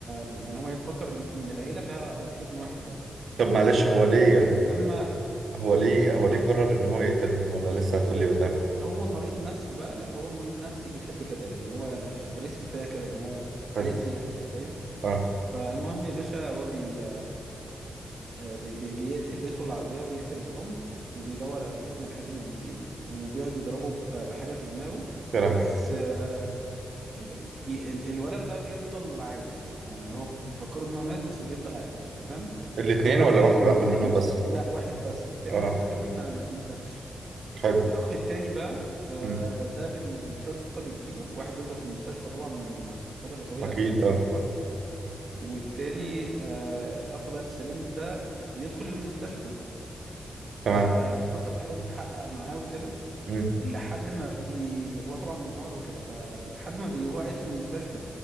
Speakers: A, on the right; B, on the right.
A: يعني هو يفكر إن العيلة فيها آه، ابن واحد بس
B: طب معلش هو
A: فلما
B: ليه هو ليه هو ليه
A: آه
B: قرر ان هو يقتلهم ولا لسه هتقولي قدام؟
A: هو مريض نفسي بقى لا هو مريض نفسي بيحب كده يعني هو غريزته فيها كده إن هو
B: حلو
A: عايز يقتل فاهم
B: اه
A: فالمهم يا باشا هو بي آه، بي بي بيقتل بيدخل العربية وبيقتل الأم وبيدور على الابن لحد ما بيجيبه وبيقعد يضربه ب- بحاجة في دماغه
B: يا لهوي
A: بس آه، ب- ي- ال- الولد بقى بيفضل عايش ما هو ف- بيفكروا ان هو مات بس بيفضل عايش تمام
B: الاثنين
A: والأخ
B: ولا
A: التاني
B: واحد واحد منهم بس؟
A: لا واحد بس التاني
B: اه
A: مستخبي ما ما اتمسكش
B: حلو
A: الأخ التاني بقى آه،
B: امم
A: ده بالشرطة بتجيبه واحد بيفضل في المستشفى طبعا آه، فترة طويلة
B: اكيد
A: لحد ما
B: اه
A: يكبر والتاني آه الأخ بقى السليم ده بيدخل المستشفى
B: تمام
A: فالشرطه بتحاول تحقق معاه وكده
B: امم
A: لحد ما بي هو طبعا منهار وكده فلحد ما بي هو قاعد في المستشفى